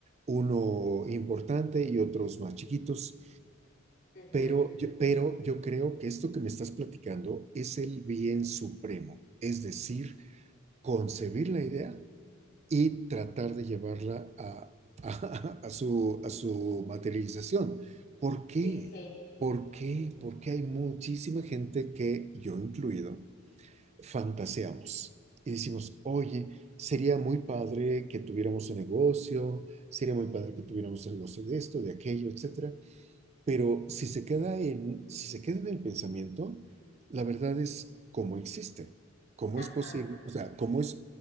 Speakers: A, on the right; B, on the left.
A: uno importante y otros más chiquitos,
B: Ujú.
A: pero yo, pero yo creo que esto que me estás platicando es el bien supremo, es decir, concebir la idea y tratar de llevarla a, a, a, su, a su materialización. ¿Por qué?
B: Sí, sí,
A: ¿Por qué? Porque hay muchísima gente que, yo incluido, fantaseamos y decimos, oye, sería muy padre que tuviéramos un negocio, sería muy padre que tuviéramos un negocio de esto, de aquello, etcétera. Pero si se queda en, si se queda en el pensamiento, la verdad es cómo existe, cómo
B: ajá,
A: es posible, o sea, cómo es,